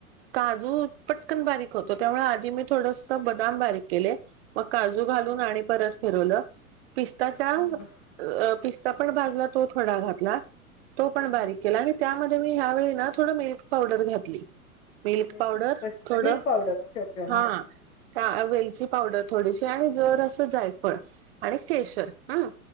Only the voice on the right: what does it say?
काजू पटकन बारीक होतो, त्यामुळे आधी मी थोडस बदाम बारीक केले. मग काजू घालून
आणि परत फिरवलं, पिस्ताच्या
अ पिस्ता पण भाजला तो थोडा घातला, तो पण बारीक
केला, आणि त्याम त मी ह्यावेळी ना थोड मिल्क पावडर घातली. मिल्क
पावडर
थोडं,
हा.
त्या वेलची पावडर थोडीशी आणि जरासं जायफळ आणि केशर. हम,